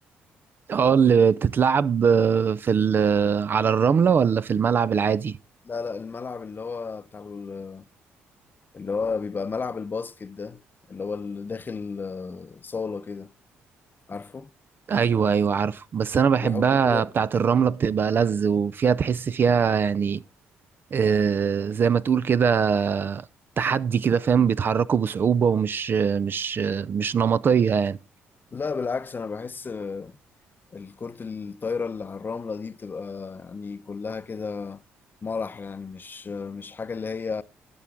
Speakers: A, on the right; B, on the left.
A: اه اللي بتتلعب آه، في ال- آه، على الرملة ولا في الملعب العادي
B: لا لا الملعب اللي هو بتاع ال- اللي هو بيبقى ملعب الباسكت ده اللي هو اللي داخل آه، صالة كده عارفه
A: ايوه ايوه عارفه بس انا بحبها
B: بيحطوا كده
A: بتاعة الرملة بتبقى لذ وفيها تحس فيها يعني آه، زي ما تقول كده تحدي كده فاهم بيتحركوا بصعوبة ومش آه، مش آه، مش نمطية يعني
B: لا بالعكس انا بحس آه، الكرة الطايرة اللي على الرملة دي بتبقى يعني كلها كده مرح يعني مش آه، مش حاجة اللي هي